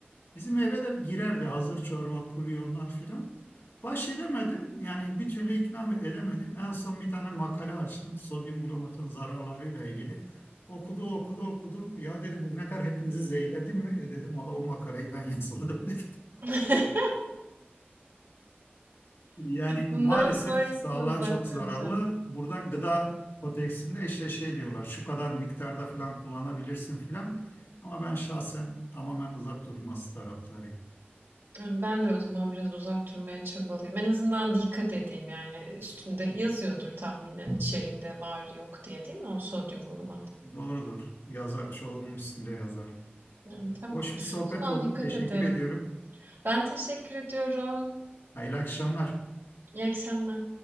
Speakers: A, on the left (about 75°); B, on the right (about 65°).
A: Bizim eve de girerdi hazır çorba, pulyonlar filan. Baş edemedim. Yani bir türlü ikna edemedim. En son bir tane makale açtım. Sodyum glomatın zararlarıyla ilgili. Okudu, okudu, okudu. Ya dedi bugüne kadar hepinizi zehirledim mi? E dedim valla o makaleyi ben <laughs> yazmadım dedi.
B: <laughs>
A: Yani
B: Bundan
A: maalesef
B: sonra
A: sağlığa
B: hiç uzak
A: çok zararlı.
B: duracağım.
A: Burada gıda kodeksinde işte şey diyorlar. Şu kadar miktarda filan kullanabilirsin filan. Ama ben şahsen tamamen uzak durması taraftarıyım.
B: ben de o zaman biraz uzak durmaya çabalayayım. En azından dikkat edeyim, yani, üstünde yazıyordur tahminen içeriğinde var yok diye, değil mi o sodyum glutamat?
A: Doğrudur. Yazar. Çoğunun üstünde yazar.
B: Yani, tamam.
A: Hoş bir
B: O
A: sohbet
B: zaman
A: oldu.
B: dikkat
A: Teşekkür
B: ederim.
A: ediyorum.
B: Ben teşekkür ediyorum.
A: Hayırlı akşamlar.
B: İyi akşamlar.